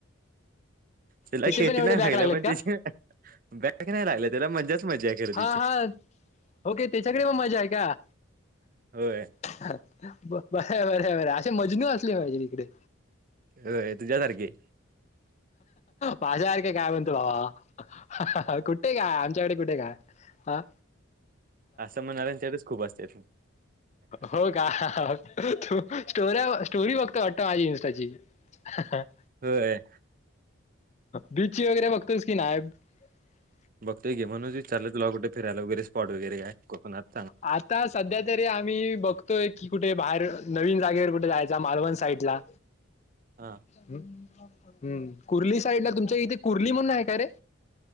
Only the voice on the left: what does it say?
त्याचे
पण एवढे
बॅक
लागलेत
का
हा हा ओके. त्याच्याकडे पण मजा आहे का?
बरं बरं बरं असे मजनू असले पाहिजे इकडे.
माझ्या सारखे काय म्हणतो बाबा कुठ- <unintelligible> कुठे काय? आमच्याकडे कुठे काय? आं?
हो का? तू स्टोऱ्या, स्टोरी बघतो का? माजस त्याची <unintelligible>
बीचची वगैरे बघतोस की नाय? <unintelligible>
आता सध्या तरी आम्ही बघतो. की कुठे बाहेर नवीन जागेवर कुठे जायचा मालवण साईड ला
हम्म <unintelligible> तुमच्या इथे कुरला म्हणून आहे. काय रे